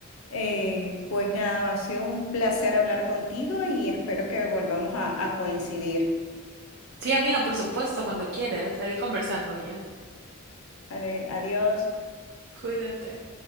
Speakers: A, on the left (about 70°); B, on the right (about 55°).
A: Eh, pues nada, ha sido un placer hablar contigo y espero que volvamos a a coincidir.
B: Sí, amiga, por supuesto, cuando quieras, ahí conversamos ya.
A: Vale, adiós.
B: Cuídate.